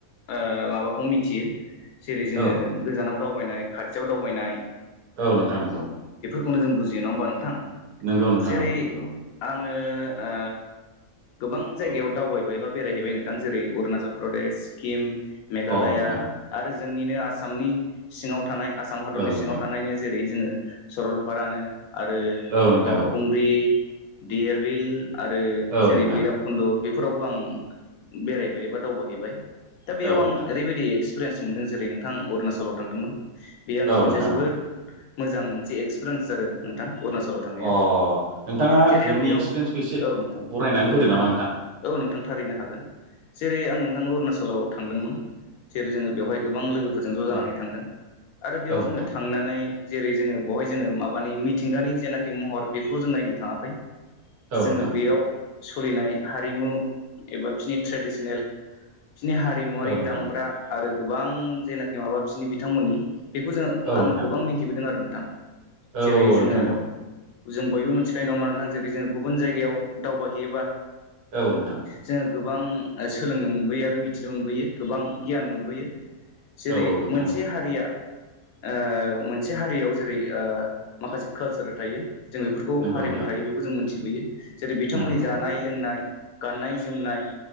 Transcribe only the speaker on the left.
ओ माबाखौ मिथियो जेरै जोङो
गोजानाव दावबायनाय खाथियाव दावबायनाय
बेखौनो जों बुजियो नङा होनबा नोंथां?
जेरै
आङो ओ गोबां जायगायाव
दावबायबाय एबा बेरायहैबाय नोंथां जेरै अरणाचल प्रदेश सिक्किम मेघालया
आरो जोंनिनो आसामनि सिङाव थानाय आसाम हादरनि
सिङाव थानायनो जेरै जोङो सरलपारानो आरो
बावखुंग्रि
देरबिल आरो
जेरै
भैरब खुन्द' बेफोरावबो आं बेरायबाय बा दावबायहैबाय दा बेयाव
आं ओरैबायदि एक्सपिरियेन्स मोन्दों जेरै नोंथां अरुणाचलाव थांदोंमोन बे आंनि
मोनसे
जोबोद मोजां मोनसे एक्सपिरियेन्स आरो नोंथां अरुणाचलाव थांनाया
जेरै
आं बेयाव
औ नोंथां
औ
नोंथां
औ नोंथां थारैनो हागोन जेरै आं नोंथां अरुणाचलाव थांदोंमोन जेरै जोङो बेवहाय गोबां लोगोफोरजों ज' जानानै
थांदों आरो बेयाव
जोङो थांनानै जेरै जोङो बेवहाय जोङो माबानि मिथिंगानि जेनाखि महर बेखौल' जों नायनो थाङाखै
जोङो
बेयाव सोलिनाय हारिमु एबा बिनि ट्रेडिसनेल बिसोरनि हारिमुवारि
दामग्रा आरो गोबां जेनाखि माबा बिसोरनि बिथांमोननि बेखौ जों
आङो
गोबां मिथिबोदों आरो नोंथां
जेरै जोङो
जों बयबो मिथिखायो नङा होनबा नोंथां जेरै जोंङो गुबुन जायगायाव दावबायहैयोबा
जोङो गोबां सोलोंनो मोनबोयो आरो मिथिनो मोनबोयो गोबां गियान मोनबोयो जेरै
मोनसे
हारिया। ओ मोनसे हारियाव जेरै माखासे कालसार थायो जों बे
हारिमु
थायो बेखौ जों मोनथिबोयो जेरै बिथांमोननि
जानाय
लोंनाय गाननाय जोमनाय